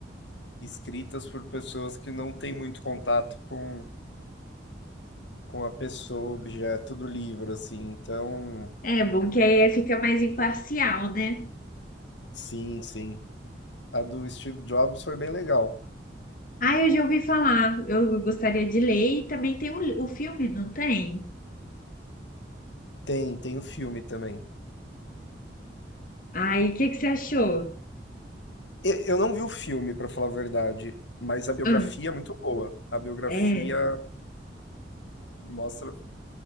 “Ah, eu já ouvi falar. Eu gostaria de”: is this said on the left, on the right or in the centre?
Left